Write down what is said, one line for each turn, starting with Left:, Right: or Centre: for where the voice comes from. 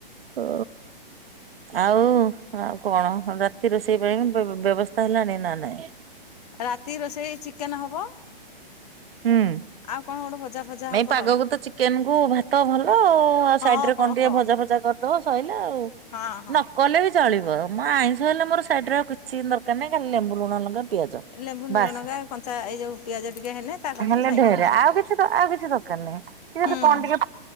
Right: ଓ ଆଉ ଆଉ କଣ? ରାତି ରୋଷେଇ ପାଇଁ ବେ -ବେବ ତ ହେଲାଣି ନା ନାହିଁ?
Left: ରାତି ରୋଷେଇ ଚିକେନ ହବ।
Right: ହୁଁ।
Left: ଆଉ କଣ ଗୋଟେ ଭଜା ଫଜା
Right: ନାଇଁ
Left: ହବ
Right: ପାଗକୁ
Left: ଆଉ।
Right: ତ ଚିକେନ କୁ ଭାତ ଭଲ ଆଉ
Left: ହଁ
Right: ସାଇଡ ରେ
Left: ହଁ
Right: କଣ ଟିକେ
Left: ହଁ
Right: ଭଜା ଫଜା କରି ଦବ ସଇଲା ଆଉ
Left: ହଁ ହଁ
Right: ନକଲେବି ଚଳିବ ମୋ ଆଇଁଷ ହେଲେ ମୋର ସାଇଡ ରେ ଆଉ କିଛି ଦରକାର ନାହିଁଲ ଖାଲି ଲେମ୍ବୁ, ଲୁଣ, ଲଙ୍କା ପିଆଜ
Left: ଲେମ୍ବୁ
Right: ବାସ୍
Left: ଲୁଣ ଲଙ୍କା କଞ୍ଚା ଏଇ ଯୋଉ ପିଆଜ ଟିକେ ହେଲେ ତା କରକୁ
Right: ହେଲେ
Left: ସାଇଟିକି
Right: ଢେରେ
Left: ଖାଉ
Right: ଆଉ କିଛି ଆଉ କିଛି ଦରକାର ନାହିଁ। କି ଯଦି
Left: ହୁଁ
Right: କଣ ଟିକେ